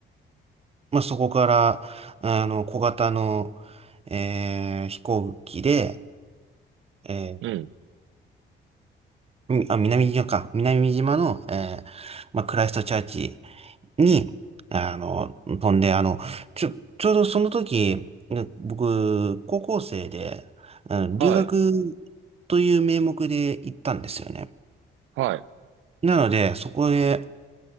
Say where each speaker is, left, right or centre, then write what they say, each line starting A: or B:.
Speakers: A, on the right (about 30°); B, on the right (about 80°).
A: まあ、そこから、あの、小型の、えー飛行機で、えー、
B: うん。うん。
A: みあ、南島か。南島の、えー、まあ、クライストチャーチに、あの、飛んで、あの、ちょ、ちょうどその時、ね僕、高校生で、あの、
B: はい。
A: 留学という名目で行ったんですよね。
B: はい。
A: なので、そこで、